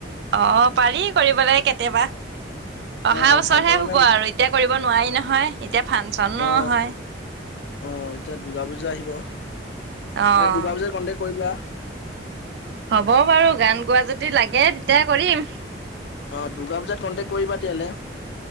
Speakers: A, on the right; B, on the left.
A: অ', পাৰি কৰিবলৈ কেতিয়াবা অহা
B: অ
A: বছৰ
B: ফাংচন
A: হে
B: হলে
A: হব আৰু এতিয়া কৰিব নোৱাৰি নহয় এতিয়া ফাংচনোহয়
B: অ অ', এতিয়া দুৰ্গা বূজা আহিব মানে
A: অ',
B: দুৰ্গা বজাত কন্টেক্ট কৰিবা
A: হ'ব বাৰু, গান গোৱা যদি লাগে তেতিয়া কৰিম
B: অ', দুৰ্গা পূজাত কণ্টেক্ কৰিবা তেতিয়াহলে